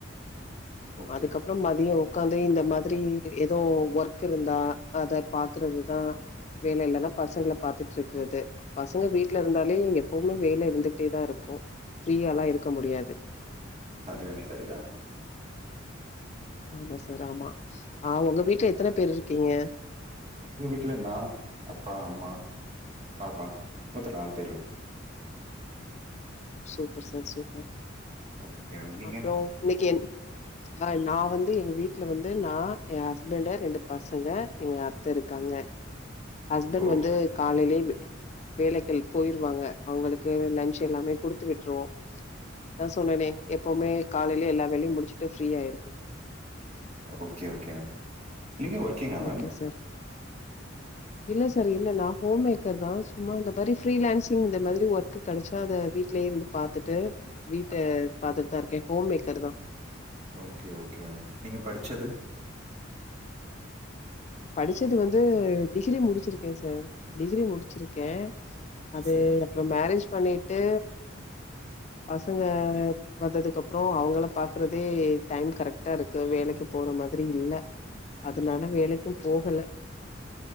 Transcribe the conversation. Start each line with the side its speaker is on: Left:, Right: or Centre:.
Right: ஓகே.
Left: அதுக்கப்றம் மதியோ உக்காந்து இந்த மாதிரி எதோ ஒர்க் இருந்தா அத பாக்குறதுதா வேல இல்லனா பசங்கள பாத்துட்ருக்கிறது. பசங்க வீட்ல இருந்தாலே எப்பவுமே வேல இருந்துக்ட்டேதா இருக்கு ஃப்ரீயா எல்லா இருக்க முடியாது.
Right: அதுவே <unintelligible>
Left: ஆமா சார் ஆமா. ஆ உங்க வீட்ல எத்தன பேர் இருக்கீங்க?
Right: எங்க வீட்ல நா அப்பா அம்மா பாப்பா மொத்தோ நாலு பேரு ma'am.
Left: Super sir super.
Right: Okay ma'am. நீங்க?
Left: அப்றோ இன்னைக்கி என் ஆ நா வந்து எங்க வீட்ல வந்து நா ஏன் ஹஸ்பண்டு ரெண்டு பசங்க எங்க அத்த இருக்காங்க. ஹஸ்பண்ட்
Right: ஓ
Left: வந்து காலையிலயே வெ வேலைகள் போயிருவாங்க. அவங்களுக்கு லன்ச் எல்லாமே குடு த்து விட்ருவோ அதா சொன்னனே எப்பமே காலையிலயே எல்லா வேலையு முடிச் சுட்டு ஃப்ரீ ஆயிருவே.
Right: Okay okay ma'am. நீங்க ஒர்க்கிங்கா
Left: ஓகே
Right: மேம்?
Left: சார் இல்ல சார் இல்ல நா ஹோம் மேக்கர்தா. சும்மா இந்த மாரி ஃப்ரீலான்சிங் இந்த மாதிரி ஒர்க் கெடைச்சா அத வீட்லயே இருந்து பாத்துட்டு வீட்ட
Right: அ
Left: பாத்து தா இருக்கே ஹோம்மேக்கர்தா.
Right: ஓகே ஓகே மேம் நீங்க படிச்சது
Left: படிச்சது வந்து டிகிரி முடிச்சிருக்கேன் சார் டிகிரி முடிச்சிருக்கேன் அது
Right: சரி.
Left: அப்புறம் மேரேஜ் பண்ணிட்டு பசங்க வந்ததுக்கப்ரோ அவங்கள பாக்குறதே டைம் கரெக்ட்டா இருக்கு வேலைக்கு போற மாதிரி இல்ல னால வேலைக்கும் போகல <inaudible>